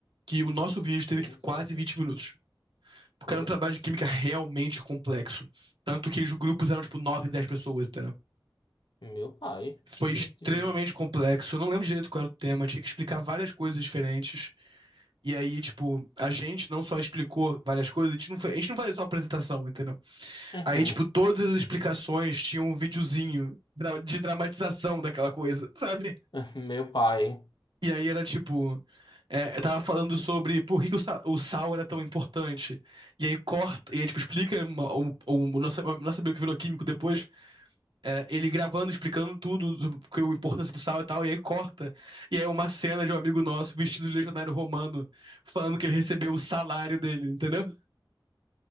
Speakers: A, on the right (about 70°); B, on the left (about 65°).
A: que o nosso vídeo
B: Química,
A: teve, tipo, quase
B: meu Deus.
A: 20 minutos. Porque
B: Hum?
A: era um trabalho de química realmente
B: Hum.
A: complexo. Tanto que os grupos eram, tipo, 9, 10 pessoas, entendeu?
B: Meu pai,
A: Foi
B: me
A: extremamente
B: que vi.
A: complexo. Eu não lembro direito qual era o tema. Tinha que explicar várias coisas diferentes. E aí, tipo, a gente não só explicou várias coisas, a gente não, foi, a gente não fazia só apresentação, entendeu?
B: Uhum.
A: Aí, tipo, todas as explicações tinham um videozinho de dramatização daquela coisa, <laughs> sabe?
B: <laughs> Meu pai.
A: E aí era tipo. É, eu tava falando sobre por que que o, sa- o sal era tão importante. E aí corta, e aí tipo, explica uma- o, o, nosso, o nosso amigo que virou químico depois, é, ele gravando, explicando tudo, sobre o que- a importância do sal e tal, e aí corta. E aí é uma cena de um amigo nosso vestido de legionário romano, falando que ele recebeu o salário dele, entendeu?